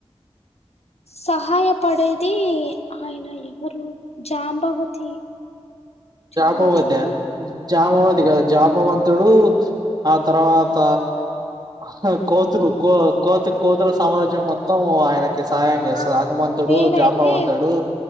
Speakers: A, on the left (about 75°); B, on the right (about 40°).
A: సహాయపడేది ఆయన ఎవరు జాంబవతి జాంబవతినేనా
B: జామవతయా జామావతి కాదు జామవంతుడు ఆ తర్వాత హా కోతులు కో కోతి కోతుల సామ్రాజ్యం మొత్తం ఆయనకి సహాయం చేస్తాడు
A: ఆ
B: హనుమంతుడు
A: మెయిన్
B: జాంబవంతుడు
A: అయితే